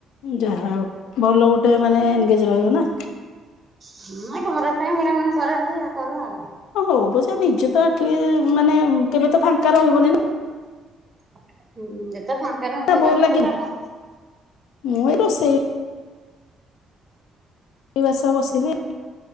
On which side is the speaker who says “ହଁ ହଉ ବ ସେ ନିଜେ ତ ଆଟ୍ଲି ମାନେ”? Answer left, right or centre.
Left